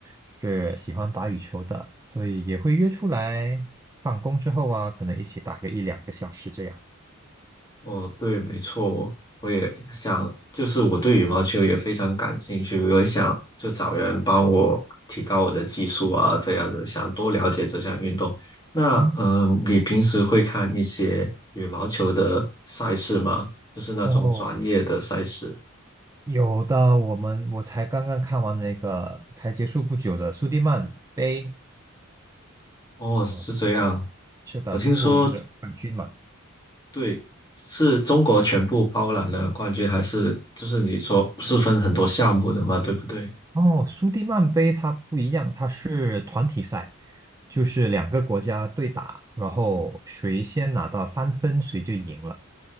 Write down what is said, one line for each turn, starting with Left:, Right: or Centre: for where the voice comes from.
Right: 是喜欢打羽球的，所以也会约出来放工之后啊，可能一起打个一两个小时这样。
Left: 哦，对，没错，我也想，就是我对羽毛球也非常感兴趣，我也想就找人帮我提高我的技术啊，这样子想多了解这项运动。那嗯，
Right: 嗯，
Left: 你平时会看一些羽毛球的赛事吗？就是那种专业的赛事？
Right: 哦，有的，我们我才刚刚看完那个才结束不久的苏迪曼杯，
Left: 哦，是这样。
Right: 哦，中国，是的，
Left: 我听说，
Right: 中国赢了冠军嘛。
Left: 对，是中国全部包揽了冠军，还是就是你说不是分很多项目的嘛，对不对？
Right: 哦，苏迪曼杯它不一样，它是团体赛，就是两个国家对打，然后谁先拿到三分，谁就赢了。